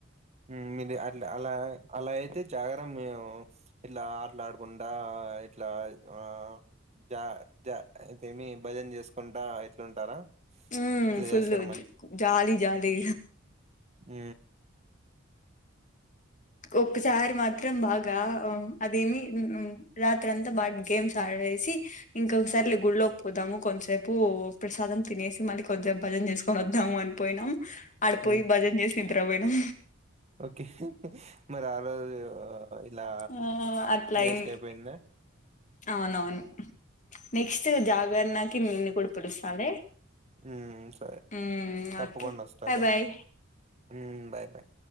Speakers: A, on the right (about 35°); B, on the left (about 40°).
A: హు మీది అట్లా అలా అలా అయితే జాగర మామ్ ఇట్లా ఆడుకుంటా ఇట్లా ఆ జ జ ఇది మి భజన చేసుకుంటా ఇట్లుంటారా
B: హు
A: ఇట్లా
B: ఫుల్
A: చేస్తారు
B: జాలి జాలి
A: హు
B: ఒక్కసారి మాత్రం బాగా అదేమి రాత్రి అంతా బా గేమ్స్ ఆడేసి ఇంకొకసారి గుళలోకి పోదాము కొంతసేపు ప్రసాదం తినేసి మళ్ళీ కొంతసేపు భజన చేసుకొని వద్దాము అని పోయినాం ఆడపోయి
A: హ్మ్.
B: బజన్ చేస్ నిద్ర పోయినం
A: ఓకే మరి ఆ ఆ ఇలా
B: ఆ అట్లా
A: వేస్ట్
B: అయింది
A: అయిపోయింద
B: అవునవును నెక్స్ట్ జాగరణకి నిేన్ని కూడా పిలుస్తాలే
A: హు సరే
B: ఉమ్,
A: తప్పుకుండా
B: ఓకే
A: వస్తా
B: బాయ్
A: లే
B: బాయ్
A: హు బాయ్ బాయ్